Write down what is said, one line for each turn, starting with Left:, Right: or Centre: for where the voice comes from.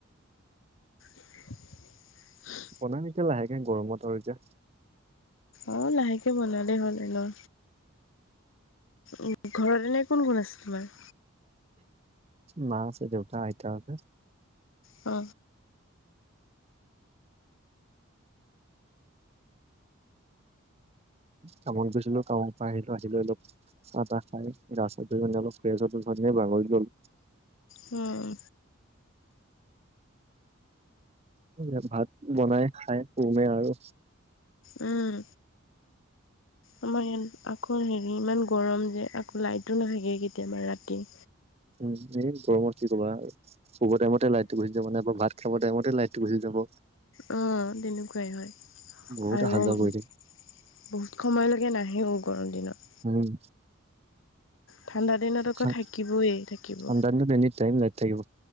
Left: <unintelligible>
Right: বনাই নেকি লাহেকে গৰমত আৰু এতিয়া।
Left: অ লাহেকে বনালে হ'ল। এনেও উ ঘৰত এনে কোন কোন আছে তোমাৰ।
Right: মাহ আছে দেউতা, আইতা আছে
Left: অ
Right: কামত গৈছিলো কামৰ পৰা আহিলো আহিলৈ অলপ। চাহ তাহ খাই ৰাস্তাত গৈ মানে অলপ ফ্ৰেছ হলো <unintelligible> বাগৰি গ'ল
Left: উম
Right: সেই এতিয়া ভাত বনাই খাই সোমেই আৰু।
Left: উম, আমাৰ ইয়াত আকৌ হেৰি ইমান গৰম যে আকৌ লাইটো নাহেগে কেতিয়াবা ৰাতি।
Right: উম এই গৰমৰ কি কবা আৰু শুৱ টাইমতে লাইটটো গুচি যাব নে ভাত খাব টাইমতে লাইটটো গুচি যাব।
Left: অ তেনেকুৱাই হয়।
Right: বহুত
Left: আৰু
Right: অহা
Left: বহুত
Right: যোৱা কৰি থাকিম
Left: সময়লৈকে নাহেও গৰম দিনত।
Right: উম
Left: ঠাণ্ডা দিনত আকৌ
Right: চা,
Left: থাকিবই থাকিব।
Right: ঠাণ্ডা দিনত এনিটাইম লাইট থাকিব